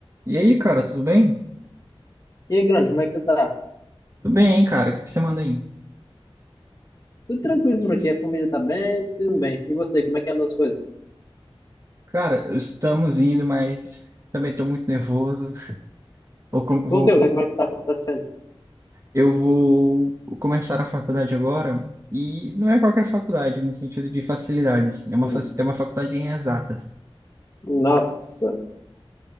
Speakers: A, on the right; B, on the left.
A: E aí, cara, tudo bem?
B: E aí, grande, como é que você tá?
A: Tudo bem, hein, cara? O que que você manda aí?
B: Tudo tranquilo por aqui, a família tá bem, tudo bem. E você, como é que andam as coisas?
A: Cara, estamos indo, mas também estou muito nervoso. Vou com- vou-
B: Por quê? O que é que vai estar acontecendo?
A: eu vou começar a faculdade agora e não é qualquer faculdade, no sentido de facilidade, assim. É uma,
B: Hum,
A: fac- é uma faculdade em exatas.
B: Nossa.